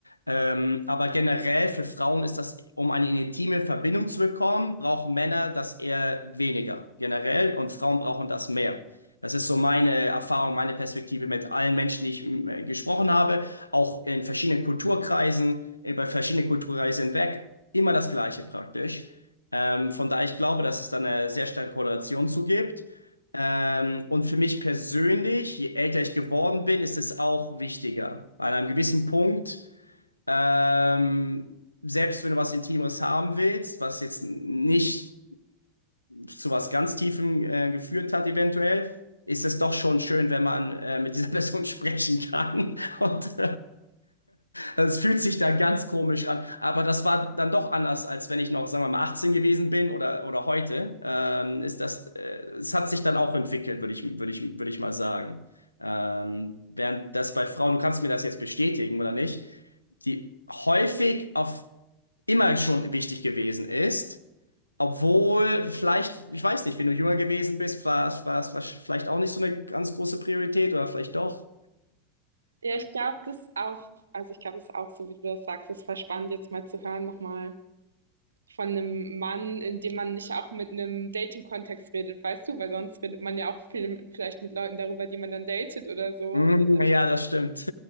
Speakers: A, on the left; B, on the right.
A: Ähm, aber generell für Frauen ist das, um eine intime Verbindung zu bekommen, brauchen Männer das eher weniger generell und Frauen brauchen das mehr. Das ist so meine Erfahrung, meine Perspektive mit allen Menschen, die ich äh, gesprochen habe, auch in verschiedenen Kulturkreisen, über verschiedene Kulturkreise hinweg, immer das Gleiche praktisch. Ähm, von daher, ich glaube, dass es da eine sehr starke Korrelation zu gibt. Ähm, und für mich persönlich, je älter ich geworden bin, ist es auch wichtiger. An einem gewissen Punkt, ähm, selbst wenn du was Intimeres haben willst, was jetzt nicht zu was ganz Tiefem äh, geführt hat, eventuell, ist es doch schon schön, wenn man äh, mit dieser <laughs> Person sprechen kann. Und es äh, <laughs> fühlt sich dann ganz komisch an. Aber das war dann doch anders, als wenn ich noch, sagen wir mal, 18 gewesen bin oder, oder heute. Ähm, ist das, äh, es hat sich dann auch entwickelt, würde ich, würde ich, würde ich mal sagen. Ähm, während das bei Frauen, du kannst mir das jetzt bestätigen oder nicht, die häufig auf immer schon wichtig gewesen ist. Obwohl, vielleicht, ich weiß nicht, wenn du jünger gewesen bist, war es war es war es vielleicht auch nicht so eine ganz große Priorität oder vielleicht doch.
B: Ja, ich glaube, das ist auch, also ich glaube, das ist auch so, wie du das sagst, das ist voll spannend, jetzt mal zu hören nochmal von einem Mann, in dem man nicht auch mit einem Dating-Kontext redet, weißt du, weil sonst redet man ja auch viel, mit, vielleicht mit Leuten darüber, die man dann datet oder so
A: Mm,
B: und jetzt einfach
A: ja, das stimmt.